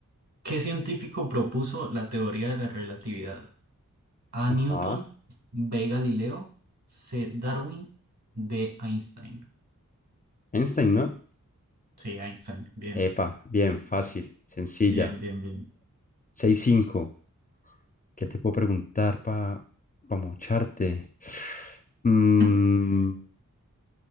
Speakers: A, on the right; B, on the left.
A: ¿Qué científico propuso la teoría de la relatividad? A.
B: Ajá.
A: Newton, B. Galileo, C. Darwin, D. Einstein.
B: Einstein, ¿no?
A: Sí, Einstein. Bien,
B: Epa, bien, fácil, sencilla.
A: bien, bien, bien.
B: seis cinco ¿Qué te puedo preguntar para mocharte? Mm,
A: <laughs>